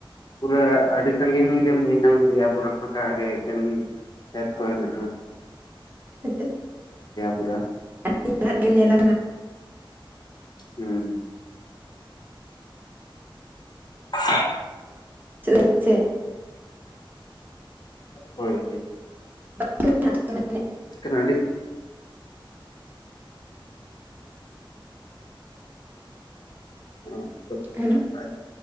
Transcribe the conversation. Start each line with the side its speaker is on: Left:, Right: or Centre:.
Left: ᱯᱩᱨᱟᱹ ᱟᱹᱰᱤ ᱥᱟᱺᱟᱹᱜᱤᱧ ᱜᱮᱢ ᱧᱮᱞᱧᱟᱢ ᱤᱫᱭᱟ ᱯᱩᱨᱟᱹ ᱯᱷᱟᱸᱠᱟ ᱜᱮ ᱮᱠᱷᱟᱱ ᱾ ᱦᱮᱫ ᱠᱚᱭᱱᱟ
Right: ᱟᱪᱪᱷᱟ
Left: ᱯᱩᱨᱟᱹ
Right: ᱟᱹᱛᱩ ᱚᱲᱟᱜ <unintelligible> ᱧᱮᱞᱟ
Left: ᱦᱩᱸ? <unintelligible>
Right: ᱪᱮᱫᱟ ᱥᱮ
Left: ᱦᱳᱭ ᱦᱳᱭ ᱾
Right: <unintelligible>
Left: ᱪᱮ ᱠᱟᱱᱟ ᱟᱰᱤ ᱟᱨ ᱫᱚ
Right: ᱦᱮᱞᱳ ᱾
Left: ᱟᱪᱪᱷᱟ ᱾